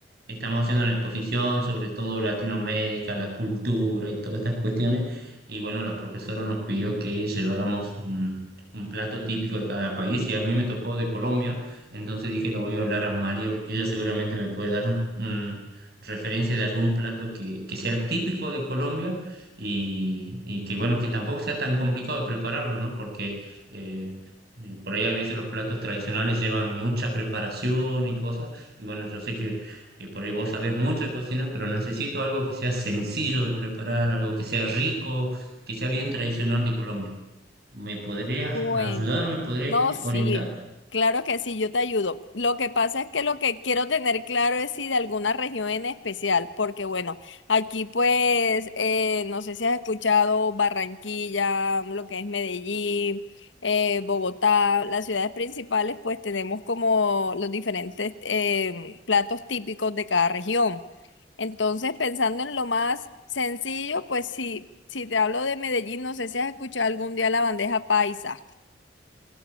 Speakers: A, on the right; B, on the left.
A: Estamos haciendo una exposición sobre todo Latinoamérica, la cultura y todas estas cuestiones. Y bueno, la profesora nos pidió que lleváramos un, un plato típico de cada país y a mí me tocó de Colombia. Entonces dije, le voy a hablar a María porque ella seguramente me puede dar un, un- referencia de algún plato que, que sea típico de Colombia y, y que bueno, que tampoco sea tan complicado de prepararlo, ¿no? Porque... eh, y por ahí a veces los platos tradicionales llevan mucha preparación y cosas. Y bueno, yo sé que, que por ahí vos sabés mucho de cocina, pero necesito algo que sea sencillo de preparar, algo que sea rico, que sea bien tradicional de Colombia. ¿Me podrías
B: Bueno,
A: ayudar? ¿Me podrías
B: no, sí,
A: orientar?
B: claro que sí, yo te ayudo. Lo que pasa es que lo que quiero tener claro es si de alguna región en especial, porque bueno, aquí pues, eh, no sé si has escuchado Barranquilla, lo que es Medellín, eh, Bogotá, las ciudades principales, pues tenemos como los diferentes em, platos típicos de cada región. Entonces, pensando en lo más sencillo, pues sí, si te hablo de Medellín, no sé si has escuchado algún día la bandeja paisa.